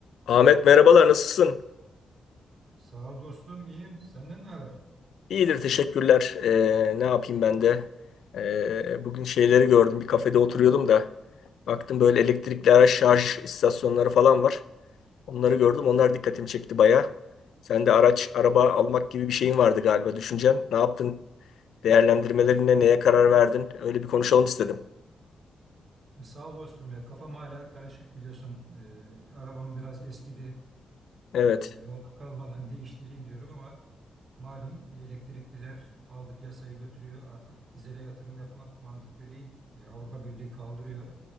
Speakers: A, on the left (about 70°); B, on the right (about 40°).
A: Ahmet merhabalar nasılsın?
B: Sağ ol dostum, iyiyim. Senden ne haber?
A: İyidir teşekkürler. Ee, ne yapayım ben de? Ee, bugün şeyleri gördüm bir kafede oturuyordum da baktım böyle elektrikli araç şarj istasyonları falan var. Onları gördüm onlar dikkatimi çekti baya. Sen de araç araba almak gibi bir şeyin vardı galiba düşüncen. Ne yaptın? Değerlendirmelerinde neye karar verdin? Öyle bir konuşalım istedim.
B: E, sağ ol dostum ya. Kafam hala karışık biliyorsun. E, arabam biraz eskidi.
A: Evet.
B: E, yolda kalmadan <laughs> değiştireyim diyorum ama malum elektrikliler aldı piyasayı götürüyor. Artık dizele yatırım yapmak mantıklı değil. E, Avrupa Birliği kaldırıyor.